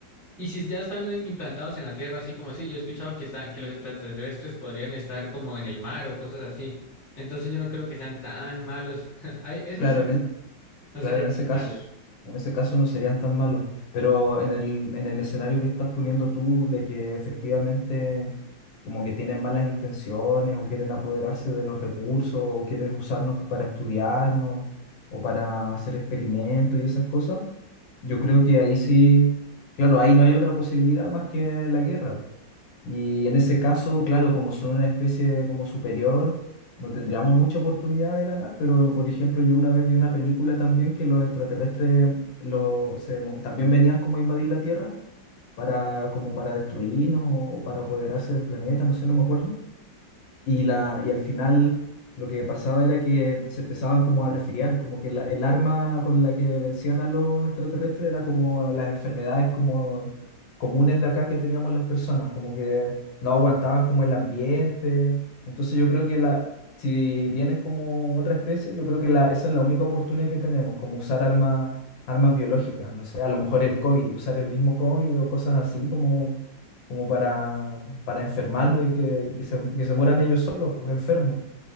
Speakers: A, in the centre; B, on the left.
A: Y si ya están en- implantados en la Tierra, así como así, yo he escuchado que, están, que los extraterrestres podrían estar como en el mar o cosas así. Entonces yo no creo que sean tan malos. <laughs> Ay, eso
B: Claro,
A: sí,
B: en, e-
A: no
B: Claro,
A: serían
B: en
A: tan
B: ese caso,
A: malos.
B: en ese caso no serían tan malos, pero en el, en el escenario que estás poniendo tú de que efectivamente como que tienen malas intenciones o quieren apoderarse de los recursos o quieren usarnos para estudiarnos o para hacer experimentos y esas cosas, yo creo que ahí sí, claro, ahí no hay otra posibilidad más que la guerra. Y en ese caso, claro, como son una especie como superior, no tendríamos mucha oportunidad de ganar, pero por ejemplo, yo una vez vi una película también que los extraterrestres los, se mo- también venían como a invadir la Tierra para, como para destruirnos o para apoderarse del planeta, no sé, no me acuerdo. Y, la, y al final lo que pasaba era que se empezaban como a resfriar, como que la- el arma con la que vencían a los extraterrestres era como las enfermedades como comunes de acá que teníamos las personas, como que no aguantaban como el ambiente. Entonces yo creo que la, si vienen como otra especie, yo creo que la, esa es la única oportunidad que tenemos, como usar armas, armas biológicas, no sé, a lo mejor el COVID, usar el mismo COVID o cosas así como como para, para enfermarlo y que, y que se, que se mueran ellos solos, pues enfermos.